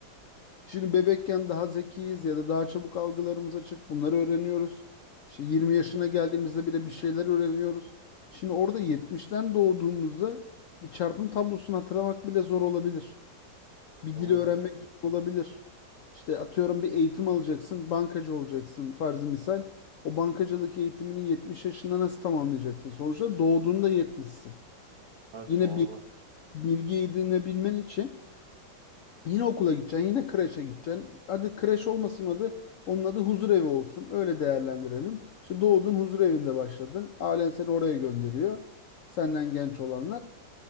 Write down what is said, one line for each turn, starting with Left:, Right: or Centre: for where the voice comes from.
Left: Şimdi bebekken daha zekiyiz ya da daha çabuk algılarımız açık. Bunları öğreniyoruz. İşte 20 yaşına geldiğimizde bile bir şeyler öğreniyoruz. Şimdi orada 70'ten doğduğumuzda bir çarpım tablosunu hatırlamak bile zor olabilir. Bir
Right: Doğru.
Left: dili öğrenmek zor olabilir. İşte atıyorum bir eğitim alacaksın, bankacı olacaksın farzı misal. O bankacılık eğitimini 70 yaşında nasıl tamamlayacaksın? Sonuçta doğduğunda 70'sin.
Right: Evet
Left: Yine
Right: doğru.
Left: bir bilgi edinebilmen için Yine okula gideceksin, yine kreşe gideceksin. Hadi kreş olmasın adı, onun adı huzur evi olsun. Öyle değerlendirelim. İşte doğdun huzur evinde başladın. Ailen seni oraya gönderiyor. Senden genç olanlar.